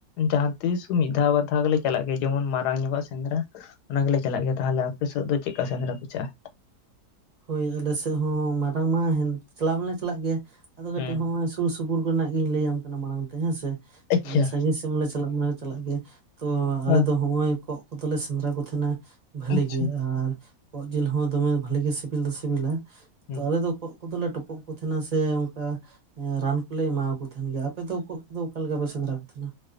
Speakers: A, on the left (about 85°); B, on the right (about 45°).
A: ᱡᱟᱦᱟᱸᱛᱤᱥ ᱢᱤᱫ ᱫᱷᱟᱣ ᱵᱟᱨ ᱫᱷᱟᱣ ᱜᱮᱞᱮ ᱪᱟᱞᱟᱜ ᱜᱮᱭᱟ ᱡᱮᱢᱚᱱ ᱢᱟᱨᱟᱝ ᱧᱚᱜᱟᱜ ᱥᱮᱸᱫᱽᱨᱟ ᱚᱱᱟ ᱜᱮᱞᱮ ᱪᱟᱞᱟᱜ ᱜᱮᱭᱟ ᱛᱟᱦᱚᱞᱮ ᱟᱯᱮ ᱥᱮᱫ ᱫᱚ ᱪᱮᱫ ᱞᱮᱠᱟ ᱥᱮᱸᱫᱽᱨᱟ ᱯᱮ ᱪᱟᱜ-ᱟ?
B: ᱦᱳᱭ ᱟᱞᱮ ᱥᱮᱫ ᱦᱚᱸ ᱢᱟᱨᱟᱝ ᱢᱟ ᱪᱟᱞᱟᱣ ᱦᱚᱸᱞᱮ ᱪᱟᱞᱟᱜ ᱜᱮᱭᱟ, ᱟᱫᱚ ᱠᱟᱹᱴᱤᱡ
A: ᱦᱮᱸ
B: ᱦᱚᱜ-ᱚᱭ ᱥᱩᱨ ᱥᱩᱯᱩᱨ ᱠᱚᱨᱮᱱᱟᱜ ᱜᱤᱧ ᱞᱟᱹᱭᱟᱢ ᱠᱟᱱᱟ ᱢᱟᱲᱟᱝ ᱛᱮ ᱦᱮᱸ ᱥᱮ,
A: ᱟᱪᱪᱷᱟ
B: ᱥᱟᱹᱜᱤᱧ ᱢᱞᱮ ᱪᱟᱞᱟᱜ ᱪᱟᱞᱟᱜ ᱜᱮ ᱛᱚ
A: ᱦᱮᱸ
B: ᱟᱞᱮ ᱫᱚ ᱦᱚᱜ-ᱚᱭ ᱠᱚᱸᱜ ᱠᱚᱫᱚᱞᱮ ᱥᱮᱸᱫᱽᱨᱟ ᱠᱚ ᱛᱟᱦᱮᱸᱱᱟ ᱵᱟᱹᱞᱮ
A: ᱟᱪᱪᱷᱟ
B: ᱜᱮ ᱟᱨ ᱠᱚᱸᱜ ᱡᱤᱞ ᱦᱚᱸ ᱫᱚᱢᱮ ᱵᱷᱟᱞᱮ ᱜᱮ ᱥᱤᱵᱤᱞ ᱫᱚ ᱥᱤᱵᱤᱞᱟ
A: ᱦᱩᱸ
B: ᱛᱚ ᱟᱞᱮ ᱫᱚ ᱠᱚᱸᱜ ᱠᱚᱫᱚᱞᱮ ᱴᱚᱯᱚᱜ ᱠᱚ ᱛᱟᱦᱮᱸᱱᱟ ᱥᱮ ᱚᱱᱠᱟ ᱨᱟᱱ ᱠᱚᱞᱮ ᱮᱢᱟ ᱠᱚ ᱛᱟᱦᱮᱸᱱ ᱜᱮᱭᱟ, ᱟᱯᱮ ᱫᱚ ᱠᱚᱸᱜ ᱠᱚᱫᱚ ᱚᱠᱟ ᱞᱮᱠᱟ ᱯᱮ ᱥᱮᱸᱫᱽᱨᱟ ᱠᱚ ᱛᱟᱦᱮᱸᱱᱟ?